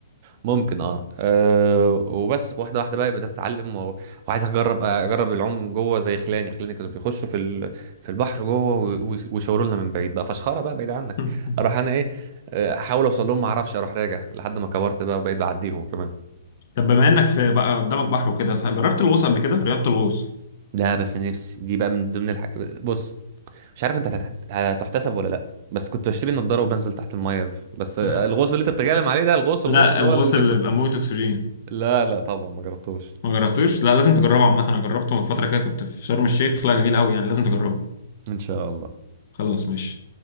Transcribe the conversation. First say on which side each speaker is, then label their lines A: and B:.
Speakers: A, on the right; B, on the left.
A: ممكن اه, آه وبس واحده واحده بقى بدات اتعلم و... وعايز اجرب آه، اجرب العوم جوه زي خلاني خلاني كانوا بيخشوا في ال... في البحر جوه و... و- ويشاوروا لنا من بعيد بقى فشخره بقى بعيد عنك
B: <laughs>
A: اروح انا ايه آه، احاول اوصل لهم ما اعرفش اروح راجع لحد ما كبرت بقى وبقيت بعديهم كمان
B: طب بما إنك في بقى قدامك بحر وكده جربت الغوص قبل كده؟ رياضة الغوص
A: لا بس نفسي دي بقى من ضمن الحاجات بص مش عارف انت هتت- هتحتسب ولا لا بس كنت بشتري نضاره وبنزل تحت الميه ف- بس الغوص
B: <laughs>
A: اللي انت بتتكلم عليه ده الغوص
B: لا
A: الغوص اللي
B: الغوص
A: هو المت...
B: اللي بيبقى موت أكسجين
A: لا لا طبعا ما جربتوش
B: ما جربتوش لا لازم تجربه عامه انا جربته من فتره كده كنت في شرم الشيخ لا جميل قوي يعني لازم تجربه
A: ان شاء الله
B: خلاص ماشي